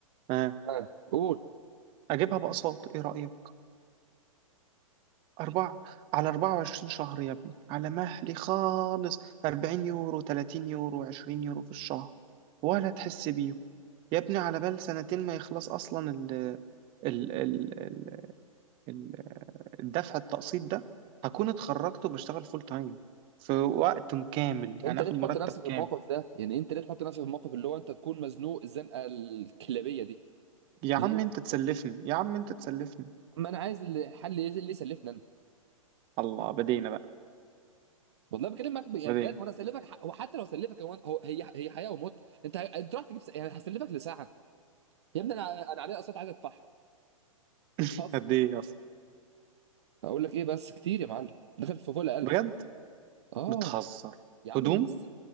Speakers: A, on the right (about 30°); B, on the right (about 50°).
A: ها
B: آه، قول
A: اجيبها باقساط ايه رأيك أربعة على 24 شهر يا ابني على مهلي خالص 40 يورو 30 يورو 20 يورو في الشهر ولا تحس بيه يا ابني على بال سنتين ما يخلص أصلا ال ال ال ال ال- الدفع التقسيط ده هكون اتخرجت وبشتغل فول تايم في وقت كامل يعني
B: انت
A: آخد
B: ليه تحط
A: مرتب
B: نفسك في
A: كامل
B: الموقف ده يعني انت ليه تحط نفسك في الموقف اللي هو انت تكون مزنوق الزنقه الكلابيه دي
A: يا
B: ليه
A: عم أنت تسلفني يا عم أنت تسلفني
B: ما انا عايز الحل اللي اللي يسلفني انا
A: الله بدينا بقى
B: والله بكلمك ب- يعني
A: بدينا
B: بجد وانا اسلفك حق- وحتى لو سلفك هو هو- هي هي حياه وموت انت انت راح تجيب س- يعني هسلفك لساعه يا ابني انا انا عليا اقساط عايز ادفعها
A: <laughs>
B: هزر
A: قد إيه أصلا
B: هقول لك ايه بس كتير يا معلم دخل في فوق ال 1000
A: بجد
B: اه
A: بتهزر
B: يا عم
A: هدوم
B: الز-